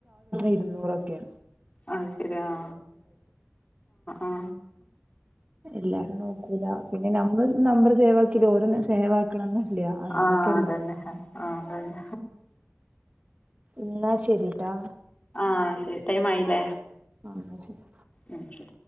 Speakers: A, on the right (about 30°); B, on the left (about 25°).
A: ഇരുന്നൂറൊക്കെ
B: ആശരി ആ ആ
A: എല്ലാരും നോക്കൂല പിന്നെ നമ്മൾ നമ്പർ സേവ് ആക്കിത് ഓരൊന്നും സേവാക്കണം ന്ന് ഇല്ല അങ്ങനൊക്കെല്ലേ
B: ആഹ് അതന്നെ ആഹ് അതന്നെ
A: എന്നാ ശരിട്ടാ
B: ആ ശരി ടൈം ആയില്ലേ
A: ആ ശരി
B: ഉം ശരി